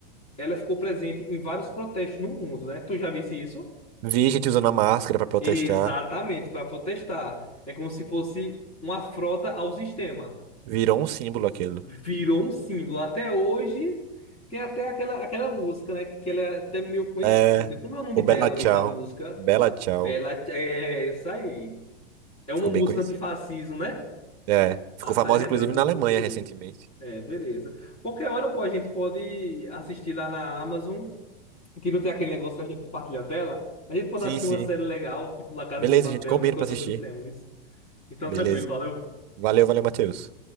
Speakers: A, on the left (about 20°); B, on the right (about 45°).
A: ela ficou presente em vários protestos no mundo, né? Tu já visse isso?
B: Vi gente usando a máscara pra protestar.
A: Exatamente, para protestar. É como se fosse uma afronta ao sistema.
B: Virou um símbolo aquilo.
A: Virou um símbolo. Até hoje tem até aquela, aquela música, né? Que ela é até meio conhecida.
B: É,
A: Como é o nome
B: o
A: dela
B: Bella Ciao.
A: mesmo na música?
B: Bella Ciao.
A: Pela... É isso aí. É uma
B: Ficou
A: música
B: bem conhecido.
A: antifascismo, né?
B: É, ficou
A: A série
B: famosa
A: retratou
B: inclusive na Alemanha
A: muito
B: recentemente.
A: isso. É, beleza. Qualquer hora, pô, a gente pode assistir lá na Amazon, que não tem aquele negócio que a gente compartilha a tela. A gente pode
B: Sim,
A: assistir
B: sim.
A: uma série legal, tipo La Casa
B: Beleza,
A: de Papel,
B: gente, combina
A: qualquer
B: pra
A: outra
B: assistir.
A: coisa do tema, viu? Então,
B: Beleza.
A: tranquilo, valeu.
B: Valeu, valeu, Matheus.